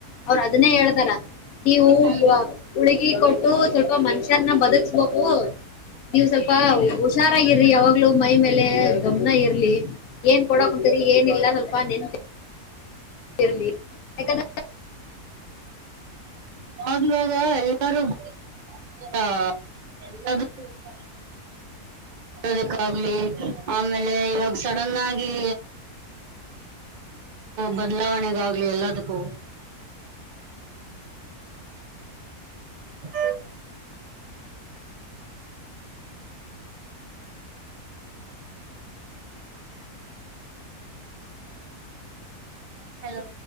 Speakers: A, on the left (about 70°); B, on the right (about 80°).
A: ಅವ್ರು ಅದನ್ನೇ ಹೇಳ್. ರ ನೀವು
B: ಹ್ಮ್
A: ಗುಳಗೀ ಕೊಟ್ಟು ಸ್ವಲ್ಪ ಮನುಷ್ಯರನ್ನ ಬದುಕ್ಸ್ಬೇಕು. ನೀವು ಸ್ವಲ್ಪ ಹುಷಾರಾಗಿರ್ರಿ ಯಾವಾಗ್ಲೂ ಮೈ ಮೇಲೆ ಗಮನ ಇರ್ಲಿ. ಏನ್ ಕೊಡ ಕುಂತೀರಿ ಏನಿಲ್ಲ ಸ್ವಲ್ಪ ನೆನ್. ಇರ್ಲಿ ಯಾಕಂದ್ರ.
B: <unintelligible> ದಕ್ಕಾಗ್ಲಿ ಆಮೇಲೆ ಇವಾಗ ಸಡನ್ ಆಗಿ. ಬದಲಾವಣೆಗೆ ಆಗ್ಲಿ ಎಲ್ಲದಕ್ಕೂ. <inaudible> ಹಲೋ.